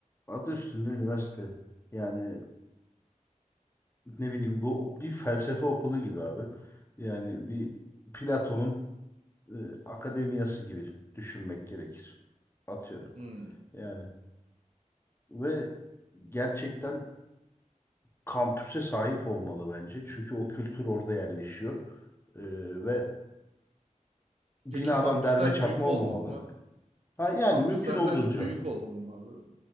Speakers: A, on the left; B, on the right.
A: adı üstünde üniversite. Yani ne bileyim bu bir felsefe okulu gibi abi. Yani bir
B: Hı
A: Platon'un e, akademiyası gibi düşünmek gerekir. Atıyorum.
B: hı.
A: Yani ve gerçekten kampüse sahip olmalı bence. Çünkü o kültür orada yerleşiyor. E, ve binadan
B: Peki kampüsler
A: derme çatma
B: büyük
A: olmamalı.
B: olmalı mı?
A: Ha, yani
B: Kampüsler
A: mümkün olduğunca.
B: sence büyük olmalı mı abi?